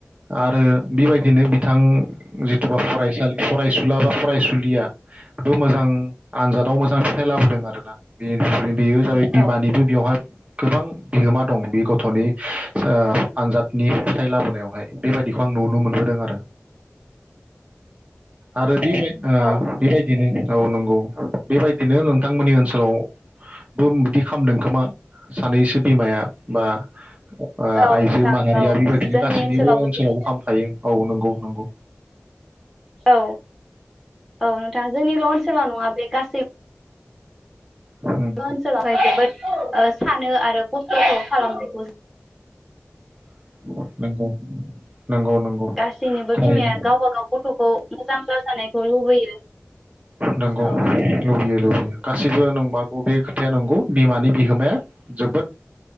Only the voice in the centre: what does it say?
औ
औ
औ
नोंथां
औ
जोंनि
बिदि
औ औ नोंथां जोंनिल ओनसोलाव नङा बे गासै
ओनसोलावहाय जोबोद सानो आरो खस्थखौ खालामनो। <inaudible>
गासैनिबो
बिमाया गावबा गाव गथ'खौ मोजां जाजानायखौ लुबैयो।
औ